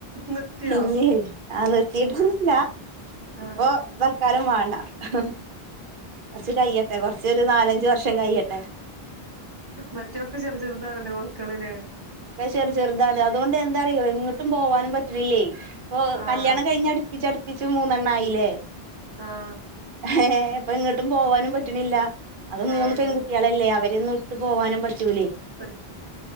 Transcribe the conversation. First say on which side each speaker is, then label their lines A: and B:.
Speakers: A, on the right; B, on the right.
A: നിർത്തിയോ?
B: ഇഞ്ഞേയ് ആ നിർത്തിയിട്ടൊന്നുല്ല
A: ആഹ്
B: ഇപ്പൊ തൽക്കാലം വാ ഹ്ഹ് കൊർച്ച് കയ്യട്ടെ കൊർച്ച് ഒരു നാലഞ്ച് വർഷം കയ്യട്ടെ
A: മറ്റൊക്കെ ചെറു ചെറുതാണല്ലെ മക്കൾ ലെ
B: ചെർ ചെർതാണ് അതൊണ്ട് എന്താറിയോ എങ്ങോട്ടും പോവാനും പറ്റ്ണ്ല്ലേ ഇപ്പോ
A: ആഹ്
B: കല്യാണം കഴിഞ്ഞ് അടുപ്പിച്ചടുപ്പിച് അടിപ്പിച്ച് മൂന്നെണ്ണ ആയില്ലേ
A: ആഹ്
B: ഏ ഇപ്പൊ ഇങ്ങോട്ടും പോവാനും പറ്റണില്ല അത് മൂന്ന്
A: ആഹ് അതെ
B: പെൺകുട്ടികളല്ലേ അവര് ഒന്നും ഇട്ട് പോകാനും പറ്റൂലേ
A: പർ